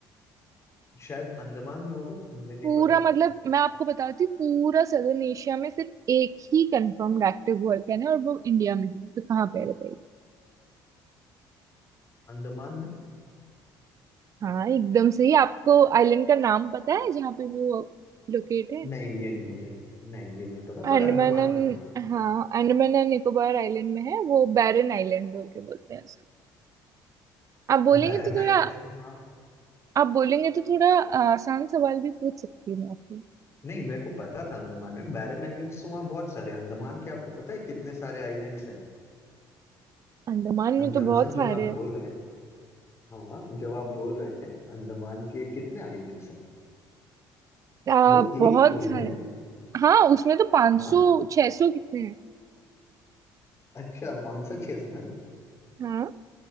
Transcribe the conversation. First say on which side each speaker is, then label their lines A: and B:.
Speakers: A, on the left; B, on the right.
A: शायद अंडमान में होगा मुझे नहीं
B: पूरा
A: पता
B: मतलब मैं आपको बताती हूँ पूरा सदर्न एशिया में सिर्फ एक ही कंफर्म्ड एक्टिव वोल्केनो है और वो इंडिया में है तो कहाँ पे है बताइए
A: अंडमान में
B: हाँ एकदम सही आपको आइलैंड का नाम पता है जहाँ पे वो लोकेट है
A: नहीं ये नहीं मुझे नहीं ये नहीं पता पर
B: अंडमान
A: अंडमान
B: एंड-
A: में है ये तो
B: हाँ अंडमान एंड निकोबार आइलैंड में है वो बैरन आइलैंड बोल के बोलते हैं आप बोलेंगे
A: बैरन
B: तो
A: आइलैंड्स
B: थोड़ा
A: तो वहाँ
B: आप बोलेंगे तो थोड़ा अ, आसान सवाल भी पूछ सकती हूँ मैं आपको
A: नहीं मेरे को पता था अंडमान में बैरन आइलैंड्स तो वहाँ बहुत सारे हैं। अंडमान के आपको पता है कितने सारे आइलैंड्स हैं
B: अंडमान में
A: अंडमान
B: तो बहुत सारे
A: जो आप
B: हैं।
A: बोल रहे हैं हाँ जो आप बोल रहे हैं अंडमान के कितने आइलैंड्स हैं
B: आ,
A: वो एक
B: बहुत
A: थोड़ी
B: सारे
A: है
B: हाँ उसमें तो 500
A: हाँ
B: 600 कितने हैं
A: अच्छा पाँच सौ छह सौ है
B: हाँ